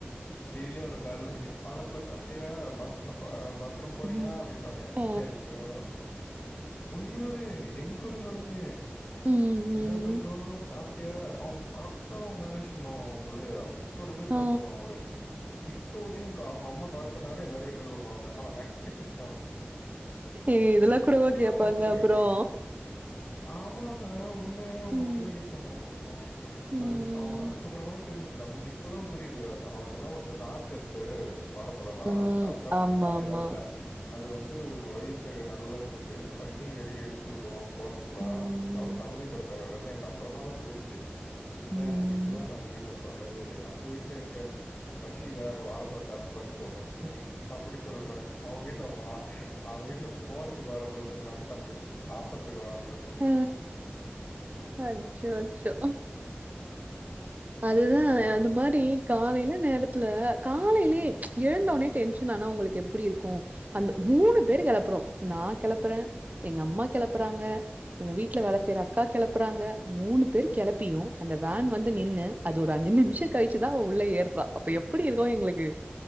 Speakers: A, on the left (about 45°); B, on the right (about 40°).
A: டெய்லி அவனுக்கு கால் பண்ணி வாழப்பழோ சாப்ட்டியா பாத் பாத் த்ரும் போனியா
B: ம்.
A: அப்டின்னுவாங்க
B: ஆ.
A: ஐயோ உண்மையாவே எங்க இருந்தாலுமே
B: ம். ம்.
A: என்ன தந்கோ சாப் அப்டியே அவுங்க கரெக்டா அவங்க மேனேஜ் பண்ணுவாங்க அவுங்க புள்ளைய இப்ப இருந்து இதா
B: ஆ.
A: பண்ணுவாங்களே இப்ப வரையுக்கா அவுங்க அம்மா கால் பண்ணாங்கன்னா எல்லாரு கிண்டல் பண்ணுவாங்க அவன னதா
B: இதெல்லா கூடவா கேப்பாங்க
A: அவங்க அப்படிதான்
B: அப்றோ
A: கேட்கறாங்க. ஆமாங்க உண்மையா அவுங்க
B: ம்.
A: அப்டிதா கேப்பாங்க அவுங்க அம்மா
B: ம்.
A: அது அவ அதுக்கப்றமா தா தெரிஞ்ச்சு நம்மளுக்கு இப்பதா புரியுது அதெல்லா வந்து நார்ச்சத்து வாழைப்ழலா
B: ம்.
A: சாப்ட்டா
B: ஆமாமா.
A: காலைல அது இல்ல அது வந்து வயித்த நல்லா சுத் இது பண்ணி வெளிய எடுத்துவுடு போரத்துக்கலா
B: ம்.
A: அவகர அவதிப்படுத்த தேவலைன்னு எனக்கு அப்பறமாதா புரிஞ்ச்சு ச்ச
B: ம்.
A: இதுலா நம்ம வீட்ல சொல்லவே இல்லையே நம்ம வீட்ல எங்க பசிகுதா அப்ப வாழைப்பழோ சாப்ட்டு படுத்து தூங்கு அப்டி சொல்றாங்க அவுங்க வீட்ல வா அவுங்க வீட்ல போறதுக்கு வாழப்பழொ சொல்ராங்க நம்மளு சாப்புட்றதுக்கு வாழப்ப்பழோ சொன்னா
B: அ அச்சோ அச்சோ
A: ம்
B: அதுதா
A: அதுதான்.
B: அது மாரி காலைய்ல நேரத்துல காலைய்லயே எழுந்தவொனே டென்ஷன் ஆனா உங்களுக்கு எப்டி இருக்கு அந்த மூணு பேரு கெளப்புறோ நா கெளப்புறே எங்க அம்மா கெளப்புறாங்க எங்க வீட்ல வேல செய்ற அக்கா கெளப்புறாங்க மூணு பேர் கெளப்பியு அந்த வேன் வந்து நின்னு அது ஒரு அஞ்சு நிம்ஷோ கழிச்சுதா உள்ள ஏறுறா அப்ப எப்டி இருக்கு எங்ளுக்கு